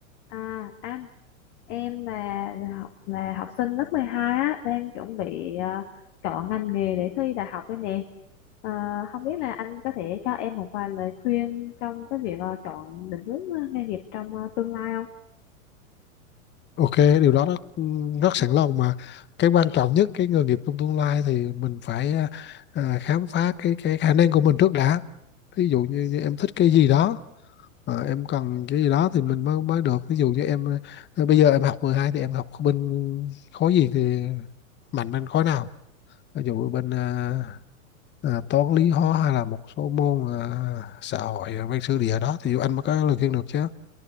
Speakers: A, on the left; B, on the left.
A: À, anh em là là học là học sinh lớp 12 á đang chuẩn bị ờ, chọn ngành nghề để thi đại học đây nè Ờ, không biết là anh có thể cho em một vài lời khuyên trong cái việc ờ, chọn định hướng ờ, nghề nghiệp trong ờ, tương lai không?
B: Ok, điều đó rất, rất sẵn lòng mà cái quan trọng nhất cái nghề nghiệp trong tương lai thì mình phải à, à, khám phá cái cái khả năng của mình trước đã. Ví dụ như, như em thích cái gì đó, à, em cần cái gì đó thì mình mới mới được. Ví dụ như em à, bây giờ em học 12 thì em học bên khối gì thì mạnh bên khối nào? Ví dụ bên à, à, toán lý hóa hay là một số môn à, xã hội à, văn sử địa đó thì anh mới có lời khuyên được chứ.